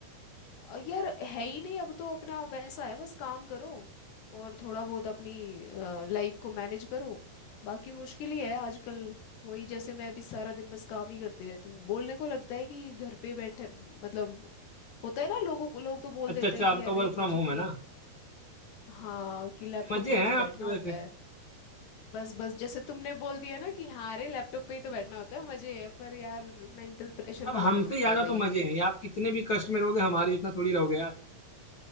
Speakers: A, on the left; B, on the left.
A: अ, यार है ही नहीं अब तो अपना वैसा है बस काम करो और थोड़ा बहुत अपनी लाइफ को मैनेज करो बाकी मुश्किल ही है आजकल वही जैसे मैं अभी सारा दिन बस काम ही करती रहती हूँ बोलने को लगता है कि घर पे बैठे मतलब होता है ना लोगों को लोग तो बोल
B: अच्छा
A: देते
B: अच्छा
A: हैं
B: आपका
A: कि अरे
B: वर्क फ्रॉम
A: कुछ नहीं
B: होम है ना
A: हाँ कि लैपटॉप
B: मजे
A: पे ही
B: हैं
A: तो बैठना
B: आपके वैसे
A: होता है बस बस जैसे तुमने बोल दिया ना कि हाँ अरे लैपटॉप पे ही तो बैठना होता है मजे है पर यार मेंटल प्रेशर
B: अब
A: बहुत
B: हमसे
A: होता
B: ज्यादा
A: है भाई
B: तो मजे हैं आप कितने भी कष्ट में रहोगे हमारे जितना थोड़ी रहोगे यार